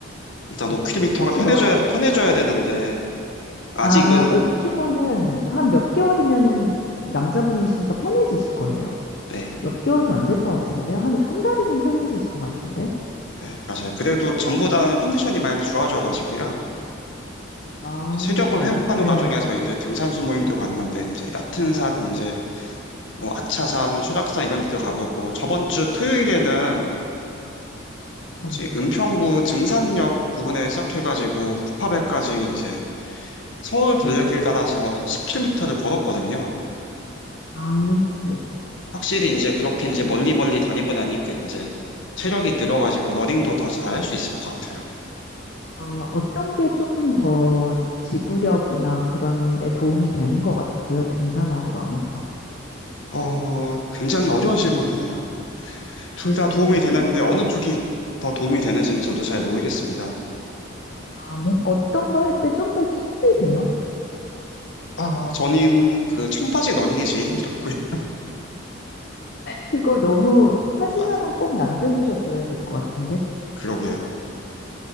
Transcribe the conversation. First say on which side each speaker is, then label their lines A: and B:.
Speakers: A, on the left; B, on the left.
A: 일단
B: 음.
A: 5km가
B: 혹시
A: 편해져야,
B: 러,
A: 편해져야 되는데, 아직은,
B: 아, 5km는 한 몇 개월이면은 남자분이시니까 편해지실 거예요.
A: 네.
B: 몇 개월도 안 될 것 같은데 한, 한 달이면 편해지실 것 같은데.
A: 네, 맞아요. 그래도 전보다는 컨디션이 많이 좋아져가지고요.
B: 아,
A: 체력을 회복하는
B: 네.
A: 과정에서 이제 등산소 모임도 갔는데, 이제 얕은 산, 이제 뭐 아차산, 수락산 이런 데도 가보고, 저번 주 토요일에는 뭐지,
B: 음.
A: 은평구 증산역 부근에 시작해가지고 구파발까지 이제 서울 둘레길
B: 네.
A: 따라서 10km를 걸었거든요.
B: 아, 어.
A: 확실히 이제 그렇게 이제 멀리 멀리 다니고 나니까 이제 체력이 늘어가지고 러닝도 더 잘할 수 있을 것 같아요.
B: 아, 어떤 게 조금 더 지구력이나 그런 데 도움이 되는 것 같으세요? 등산하고 러닝하고.
A: 어, 굉장히 어려운 질문이네요. 둘 다 도움이
B: 네.
A: 되는데 어느 쪽이 더 도움이 되는지는 저도 잘 모르겠습니다.
B: 아, 뭐, 어떤 거 할 때 좀 더 힘드세요?
A: 아, 저는 그 청바지 러닝이 제일 힘들었고요. <laughs>
B: 그거 너무 사진
A: 맞,
B: 하나 꼭 남겨놓으셨어야 될 것 같은데.
A: 그러게요.